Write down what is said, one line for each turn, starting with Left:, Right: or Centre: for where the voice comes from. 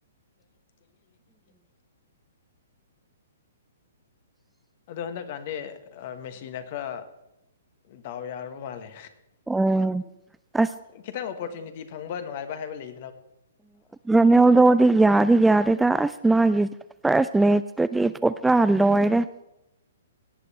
Left: <inaudible> ꯑꯗꯣ ꯍꯟꯗꯛ ꯀꯥꯟꯗꯗꯤ ꯃꯦꯁꯤꯤꯟ ꯈꯔ ꯗꯥꯎ ꯌꯥꯨꯔꯕ ꯃꯥꯜꯂꯦ
Centre: ꯎꯝ ꯑꯁ
Left: ꯈꯤꯇꯪ ꯑꯣꯄꯣꯔꯆꯨꯅꯤꯇꯤ ꯐꯪꯕ ꯅꯨꯡꯉꯥꯏꯕ ꯍꯥꯏꯕ ꯂꯩ
Centre: ꯃꯅ ꯑꯣꯗꯣ ꯑꯣꯗꯤ ꯌꯥꯗ ꯌꯥꯗꯦꯗ ꯑꯁ ꯃꯥꯒꯤ ꯁꯅꯦꯍꯤ ꯗ ꯄꯨꯠ꯭ꯔꯥꯍꯜꯂꯣ ꯍꯥꯏꯔꯦ